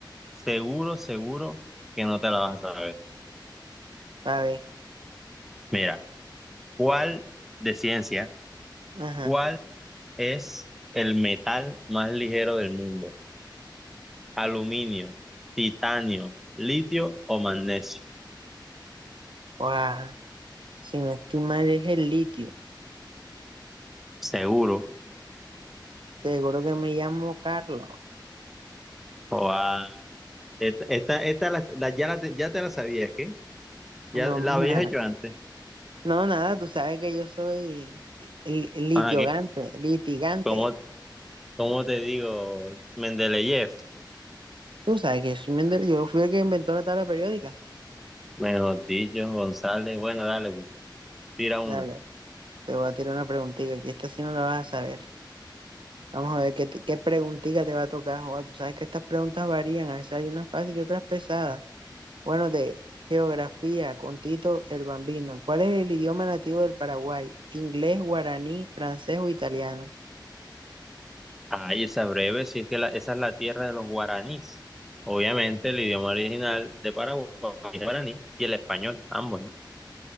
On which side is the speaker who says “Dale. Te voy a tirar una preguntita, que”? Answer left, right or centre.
Right